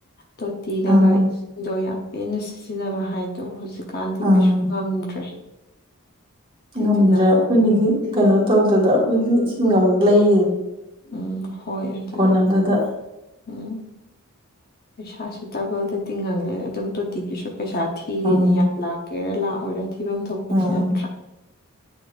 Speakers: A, on the left (about 45°); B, on the right (about 25°).
A: ꯇꯣꯇꯤꯅꯒ
B: ꯎꯝ
A: ꯏꯁꯤꯡꯗꯣ ꯌꯥꯝ ꯄꯦꯟꯅ ꯁꯤꯖꯤꯟꯅꯕ ꯍꯥꯏꯗꯣ ꯍꯧꯖꯤꯛ ꯀꯥꯟꯗꯤ
B: ꯎꯝ
A: ꯀꯩꯁꯨ ꯉꯝꯗ꯭ꯔꯦ ꯑꯗꯨꯏꯗꯨꯅ
B: ꯉꯝꯗ꯭ꯔꯦ ꯑꯩꯈꯣꯏꯒꯤꯗꯤ ꯀꯩꯅꯣ ꯇꯧꯗ‌ꯦꯗ ꯑꯩꯈꯣꯏꯗꯤ ꯏꯁꯤꯡ ꯑꯃꯨꯛ ꯂꯩꯔꯤꯅꯤ
A: ꯎꯝ ꯍꯣꯏ ꯑꯗꯨꯅꯤ
B: ꯀꯣꯟꯅꯗꯗ
A: ꯎꯝ ꯄꯩꯁꯥꯁꯦ ꯗꯕꯜꯗ ꯇꯤꯡꯍꯜꯂꯦ ꯑꯗꯨꯝ ꯇꯣꯇꯤꯒꯤꯁꯨ ꯄꯩꯁꯥ ꯊꯤꯔꯤꯅꯤ
B: ꯎꯝ
A: ꯌꯥꯝ ꯂꯥꯛꯀꯦꯔꯥ ꯂꯥꯛꯑꯣꯏꯔ ꯊꯤꯐꯝ ꯊꯣꯛꯄꯗꯤ
B: ꯎꯝ
A: ꯅꯠꯇ꯭ꯔꯥ